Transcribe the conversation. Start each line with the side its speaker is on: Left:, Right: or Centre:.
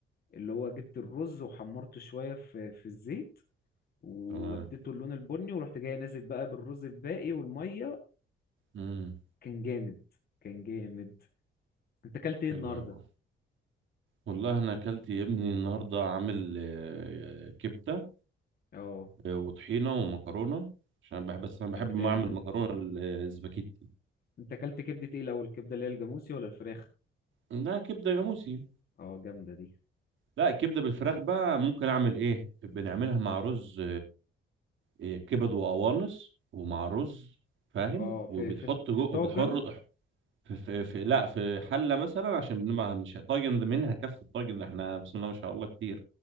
Left: اللي هو جبت الرز وحمرته شوية في في الزيت ووديته
Right: تمام
Left: اللون البني ورحت جاي نازل بقى بالرز الباقي والمية
Right: امم
Left: كان جامد كان جامد انت اكلت ايه
Right: حلو
Left: النهاردة
Right: يا ابو والله انا اكلت يا ابني النهارده عامل آه، كبده
Left: اه
Right: آه، وطحينه ومكرونه عشان أنا بحب بس انا بحب
Left: جمدان
Right: ما اعمل
Left: ده
Right: مكرونه ال- الاسباجيتي
Left: انت اكلت كبدة ايه الاول الكبدة اللي هي الجاموسي ولا الفراخ
Right: لا كبده جاموسي
Left: اه جامدة دي
Right: لا الكبده بالفراخ بقى ممكن اعمل ايه بنعملها مع رز إيه، كبد وقوانص ومع رز فاهم
Left: اه في
Right: وبتحط
Left: في في
Right: جو
Left: الطاجن
Right: وبتحر في, في, في لا في حله مثلا عشان بنبقى مش طاجن ده منها كف الطاجن ده احنا بسم الله ما شاء الله كتير